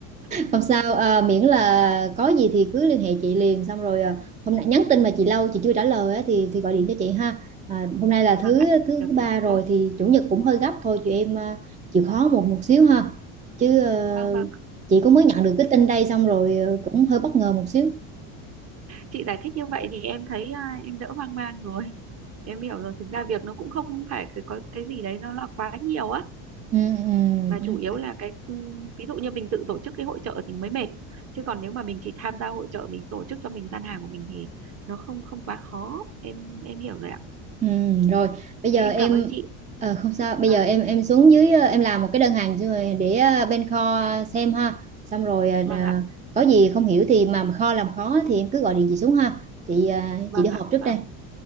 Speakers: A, on the right (about 40°); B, on the right (about 20°).
A: <laughs>
B: Không sao, à, miễn là có gì thì cứ liên hệ chị liền xong rồi à, hôm nay nhắn tin mà chị lâu chị chưa trả lời á, thì thì gọi điện cho chị ha. À, hôm nay là thứ
A: Vâng ạ,
B: thứ
A: được thế
B: ba
A: thì
B: rồi
A: tốt.
B: thì chủ nhật cũng hơi gấp thôi chị em à, chịu khó một một xíu ha. Chứ ờ,
A: Vâng vâng.
B: chị cũng mới nhận được cái tin đây xong rồi ờ, cũng hơi bất ngờ một xíu.
A: chị giải thích như vậy thì em thấy à, em đỡ hoang mang rồi <laughs> em hiểu rồi thực ra việc nó cũng không phải cái có cái gì đấy nó là quá nhiều á
B: Ừ, ừ.
A: mà chủ yếu là cái ừm, ví dụ như mình tự tổ chức cái hội chợ thì mới mệt chứ còn nếu mà mình chỉ tham gia hội chợ mình tổ chức cho mình gian hàng của mình thì nó không không quá khó em em hiểu rồi ạ
B: Ừ, rồi bây
A: thế
B: giờ
A: em
B: em
A: cảm ơn chị
B: ờ, không sao bây
A: vâng
B: giờ em em xuống dưới ờ, em làm một cái đơn hàng xong rồi để ờ, bên kho xem ha xong rồi ờ,
A: vâng
B: ờ,
A: ạ
B: có gì không hiểu thì mà kho làm khó thì em cứ gọi điện chị xuống ha chị ờ,
A: vâng
B: chị đi
A: ạ
B: họp trước
A: vâng
B: đây